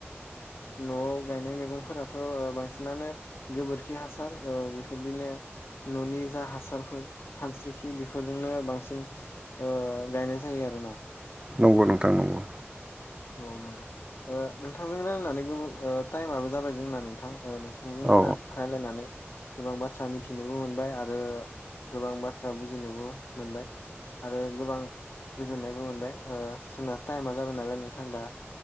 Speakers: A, on the left (about 70°); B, on the right (about 20°).
A: न'आव गायनाय मैगंफोराथ' बांसिनानो गोबोरखि हासार ओ बेफोरदिनो न'नि जा हासारफोर खानस्रिखि बेफोरजोंनो बांसिन ओ गायनाय जायो आरोना।
B: नंगौ नोंथां नंगौ।
A: औ नंगौ ओ नोंथांजों रायज्लायनानै गो ओ टाइमआबो जाबाय जोंना नोंथां ओ नोंथांजों नायना
B: औ
A: रायलायनानै। गोबां बाथ्रा मिथिनोबो मोनबाय आरो गोबां बाथ्रा बुजिनोबो मोनबाय आरो गोबां गोजोननायबो मोनबाय ओ जोंना टाइमा जाबाय नालाय नोंथां थां दा